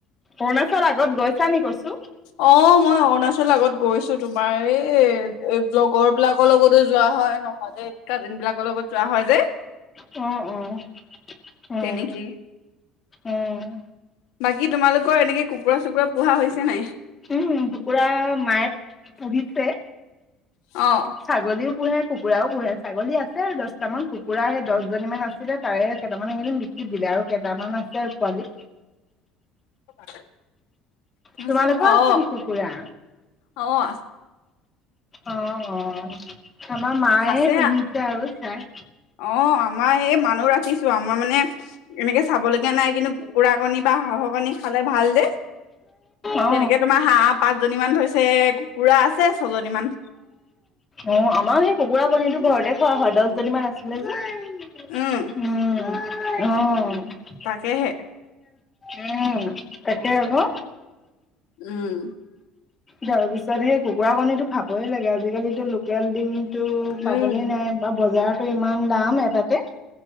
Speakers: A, on the left; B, on the left.
A: অৰুণাচল আগত গৈছে নি কৈছোঁ?
B: অ', মই অৰুণাচল আগত গৈছো তোমাৰ এই, এই লগৰ লগৰ লগতো যোৱা হয় নহ'লে কাজিন বিলাকৰ লগত যোৱা হয় যে।
A: অ', অ'। অ',
B: তে নেকি।
A: অ',
B: বাকী তোমালোকৰ এনেকে কুকুৰা চুকুৰা পোহা হৈছে নাই?
A: উম, কুকুৰা মায়ে পুহিছে।
B: অ'।
A: ছাগলীও পোহে কুকুৰাও পোহে, ছাগলী আছে আৰু দহটামান কুকুৰা দহজনী মমান আছিলে তাৰে কেইটামান আছিল। দি দিলে, আৰু কেইটামান আছে আৰু পোৱালি।
B: <unintelligible>
A: তোমালোকৰ
B: অ
A: আছে নেকি কুকুৰা?
B: অ' আছে।
A: অ', অ' আমাৰ মায়ে
B: আছে
A: পুহিছে আৰু চাই।
B: অ', আমাৰ এই মানুহ ৰাখিছো, আমাৰ মানে এনেকে চাব লগীয়া নাই। কিন্তু কুকুৰা কুকুৰা বা হাঁহৰ কণী খালে ভাল যে,
A: অ
B: তেনেকে তোমাৰ হাহঁ পাঁচজনী মান থৈছে কুকুৰা আছে ছজনী মান।
A: অ', আমাৰ সেই কুকুৰা কণীটো ঘৰতে খোৱা হয় দহজনীমান আছিলে যে।
B: উম
A: উম, অ'।
B: তাকেহে।
A: উম তাকে আকৌ।
B: উম।
A: তাৰ পিছত সেই কুকুৰা কণীটো খাবই লাগে। আজিকালিতো লোকেল দিম টো
B: উম
A: পাবলে নাই আৰু বজাৰত ইমান দাম এটাতে।